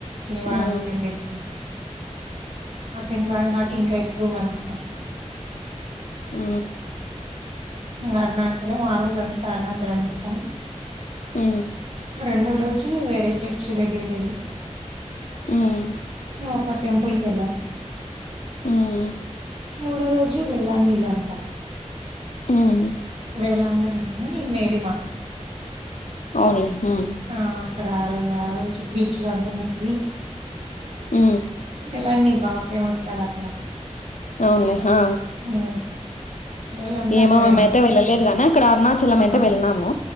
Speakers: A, on the right; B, on the left.
A: శనివారం
B: ఉమ్
A: <inaudible> ఆ శనివారం కాట్టి ఇంకా ఎక్కువ మంది <inaudible>
B: ఊ
A: అరుణాచలం ఆ రోజు అంతా అరుణాచలం చూశాం
B: ఊ
A: రెండో రోజు వేరే చర్చ్ దగ్గరికి ఎళ్ళి
B: ఉమ్
A: ఒక టెంపుల్ కెళ్ళా
B: ఉమ్
A: మూడో రోజు వేళానీలంతా
B: ఉమ్
A: వేలాంగణి అని మేరి మా
B: అవునులే హూ
A: ఆ అక్కడ ఆ రోజు ఆ రోజు బీచ్ లో అంతా మునివి
B: ఊ
A: వేలాంగ్ని బా ఫేమస్ కదా అక్కడ
B: అవునులే హా
A: ఉమ్. ఆ రోజంతా
B: ఏమో
A: అక్కడే
B: మేమైతే
A: ఉండి
B: వెళ్ళలేదు గానీ ఆక్కడ అరుణాచలం అయితే
A: ఆ
B: వెళ్ళినాము